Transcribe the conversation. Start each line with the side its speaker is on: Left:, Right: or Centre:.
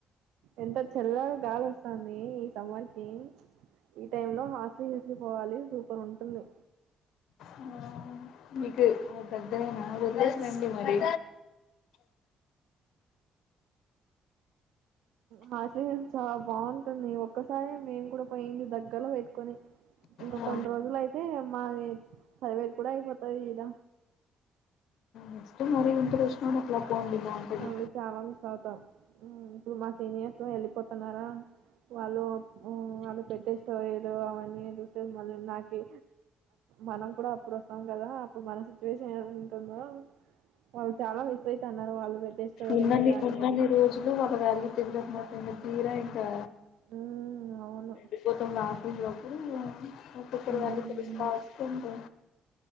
Right: ఎంత చల్లగా గాలోస్తాందీ ఈ సమ్మర్ కీ ఈ టైం లో హాస్లు హిల్స్ కి పోవాలి సూపర్ ఉంటుంది
Left: ఆ మీకు దగ్గరేనా వదిలేసి రండి మరీ
Right: హాస్ హిల్స్ చాలా బాగుంటుంది ఒక్కసారి మేము కూడా పోయింది దగ్గలో పెట్టుకొని ఇంకా
Left: ఆ
Right: కొన్ని రోజులు అయితే మాది సదివే కూడా అయిపోతది ఈడ
Left: నెక్స్ట్ మరి ఇంటికి వచ్చినప్పుడు అట్లా పోండి బాగుంటది
Right: మళ్ళీ చాలా మిస్ అవ్తాం ఇప్పుడు మా సీనియర్స్ యెళ్ళిపోతున్నారా వాళ్ళు ఊఁ వాళ్ళు పెట్టే స్టోరీలు అవన్నీ చూస్తే మళ్ళీ నాకి మనం కూడా అప్పుడొస్తాం కదా అప్పుడు మన సిచ్యువేషన్ ఏం ఉంటుందో వాళ్ళు చాలా మిస్ అయ్ తన్నారు వాళ్ళు పెట్టే స్టోరీని
Left: ఉన్నని
Right: దాన్ని
Left: ఉన్నని
Right: బట్టి
Left: రోజులు ఆళ్ల వాల్యూ తేలదు ఎం తీరా ఇంకా
Right: ఆ ఊ ఔను
Left: ఎపోతు నాఫప్పు ఒకక్కరు
Right: ఉమ్,
Left: వెళ తెలుస్తా వస్తుంది